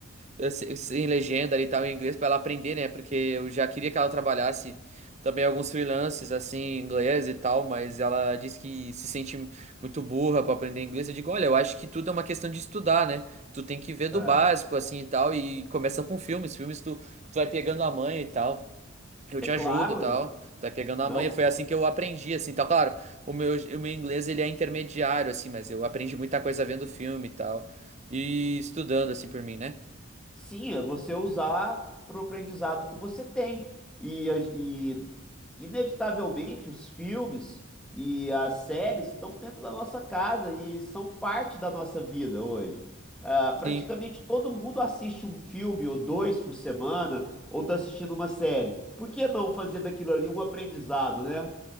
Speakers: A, on the right (about 35°); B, in the centre.
A: eh, se- sem legenda e tal em inglês pra ela aprender, né? Porque eu já queria que ela trabalhasse também alguns freelances assim em inglês e tal, mas ela disse que se sente muito burra pra aprender inglês. Eu digo, olha, eu acho que tudo é uma questão de estudar, né? Tu tem que ver do
B: É.
A: básico assim e tal e começa com filmes, filmes tu, tu vai pegando a manha e tal. Eu
B: É
A: te
B: claro.
A: ajudo e tal. Tu vai pegando a
B: Não.
A: manha, foi assim que eu aprendi assim, tal. Claro, o meu o meu inglês ele é intermediário assim, mas eu aprendi muita coisa vendo filme e tal. E estudando assim por mim, né?
B: Sim, é você usar pro aprendizado que você tem. E, a- e inevitavelmente, os filmes e as séries estão dentro da nossa casa e são parte da nossa vida hoje. Ah,
A: Sim.
B: praticamente todo mundo assiste um filme ou dois por semana, ou está assistindo uma série. Por que não fazer daquilo ali um aprendizado, né?